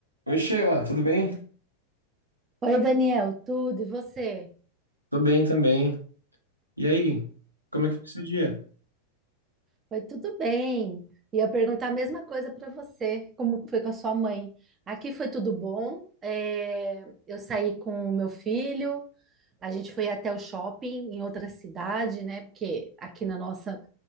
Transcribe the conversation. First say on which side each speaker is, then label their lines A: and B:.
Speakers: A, on the right; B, on the right.
A: Oi, Sheila, tudo bem?
B: Oi, Daniel, tudo e você?
A: Tô bem também. E aí? Como é que foi o seu dia?
B: Foi tudo bem. Ia perguntar a mesma coisa para você, como foi com a sua mãe. Aqui foi tudo bom. é, eu saí com o meu filho, a gente foi até o shopping em outra cidade, né? Porque aqui na nossa,